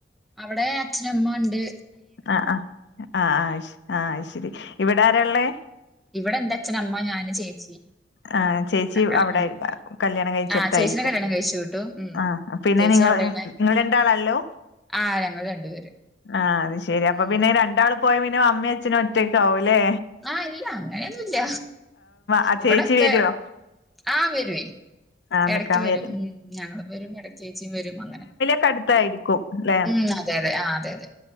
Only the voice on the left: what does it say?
ആഹ് ആഹ് ആഹ് ആഹ് അയ്ശരി ഇവെടെ ആരാള്ളേ?
ആഹ് ചേച്ചി
അവെടെ
കല്യാണം കഴിച്ചടുത്തായിരിപ്പോ.
ആഹ് പിന്നെ
നിങ്ങള്.
നിങ്ങെളണ്ടാലല്ലോ?
ആഹ് അത് ശെരി. അപ്പൊ
പിന്നെ രണ്ടാൾ പോയപ്പിന്നെ അമ്മയും അച്ഛനും ഒറ്റക്കാവൂല്ലേ?
ആ
ചേച്ചി വരുവോ
ആ
നിക്കാൻ
വരും
ക്കെ അടുത്തായിരിക്കും. അല്ലേ?